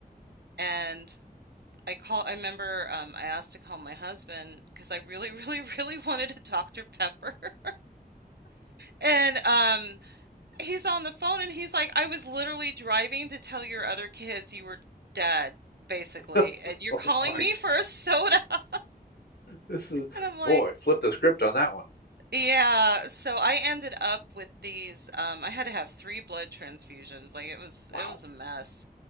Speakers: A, on the right; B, on the left.
A: And I call I remember um, I asked to call my husband because I really, <laughs> really, really wanted a Dr. Pepper. <laughs> And um, he's on the phone and he's like, I was literally driving to tell your other kids you were dead, basically,
B: <laughs>
A: and you're
B: oh
A: calling
B: my.
A: me for a soda. <laughs>
B: This is
A: And I'm like,
B: boy, flip the script on that one.
A: Yeah, so I ended up with these um I had to have three blood transfusions. Like it was
B: Wow.
A: it was a mess.